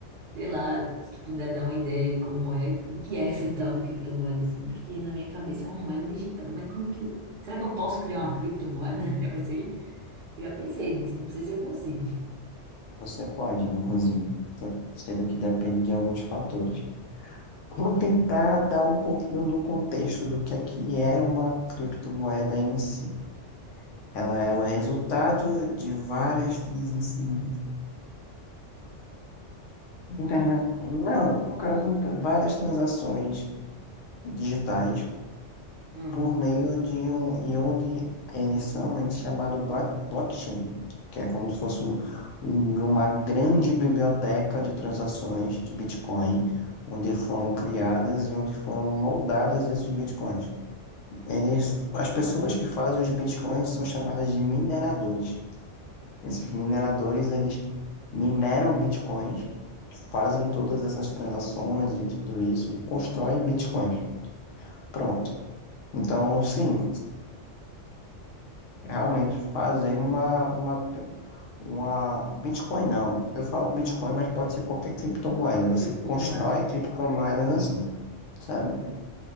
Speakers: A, on the right; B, on the left.
A: sei lá, se tu puder dar uma ideia aí como é, o que é essa tal de criptomoeda, assim, porque na minha cabeça é uma moeda digital, mas como é que. Será que eu posso criar uma criptomoeda? <laughs> Já pensei? Eu já pensei nisso, não sei se eu consigo.
B: Você pode, inclusive, tá- sendo que depende de alguns fatores. Vou tentar dar um pouquinho do contexto do que é que era uma criptomoeda em si. Ela é o resultado de várias transações. Internet. Não, no caso, várias transações digitais
A: Hum,
B: por meio de um ion de emissão ele é chamado block, blockchain, que é como se fosse um, um- uma grande biblioteca de transações de Bitcoin, onde foram criadas e onde foram moldadas esses Bitcoins. Eles, as pessoas que fazem os Bitcoins são chamadas de mineradores. Esses
A: uma
B: mineradores, eles mineram Bitcoins, fazem todas essas transações e tudo isso e constroem Bitcoins. Pronto. Então, sim, realmente fazer uma, uma, uma Bitcoin, não. Eu falo Bitcoin, mas pode ser qualquer criptomoeda. Você
A: criptomoeda.
B: constrói criptomoedas assim, sabe?
A: Hum,